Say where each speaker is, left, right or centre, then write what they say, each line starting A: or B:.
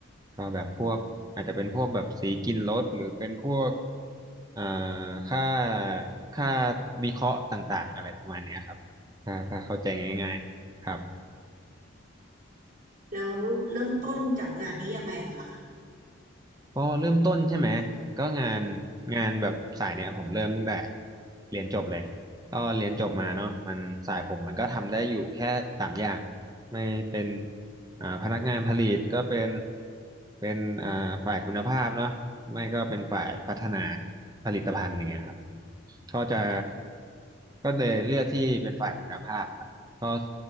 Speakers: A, on the right (about 20°); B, on the right (about 40°).
A: ก็แบบพวกอาจจะเป็นพวกแบบสีกินรถหรือเป็นพวก
B: อืม
A: อ่าค่าค่าวิเคราะห์ต่างๆอะไรประมาณเนี้ยครับถ้าถ้าเข้าใจง่ายๆครับ
B: แล้วเริ่มต้นจากงานนี้ยังไงคะ
A: ก็เริ่มต้นใช่ไหมก็งานงานแบบสายเนี้ยผมเริ่มตั้งแต่เรียนจบเลยก็เรียนจบมาเนาะมันสายผมมันก็ทำได้อยู่แค่สามอย่างไม่เป็นอ่าพนักงานผลิตก็เป็นเป็นอ่าฝ่ายคุณภาพเนาะไม่ก็เป็นฝ่ายพัฒนาผลิตภัณฑ์อย่างเงี้ยครับก็จะก็เลยเลือกที่เป็นฝ่ายคุณภาพครับก็